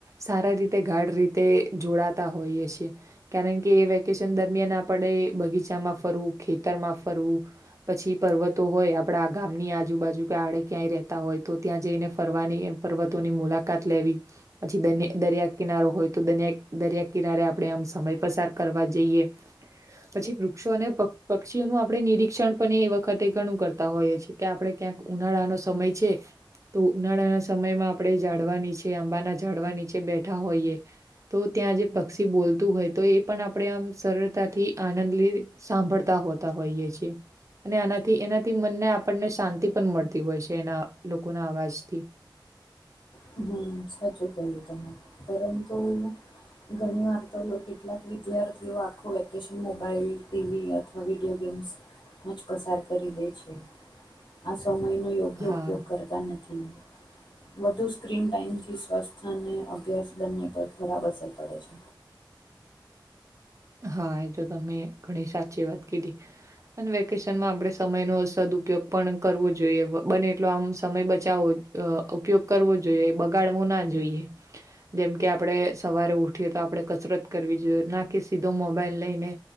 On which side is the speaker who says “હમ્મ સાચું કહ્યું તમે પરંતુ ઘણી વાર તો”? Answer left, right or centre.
Left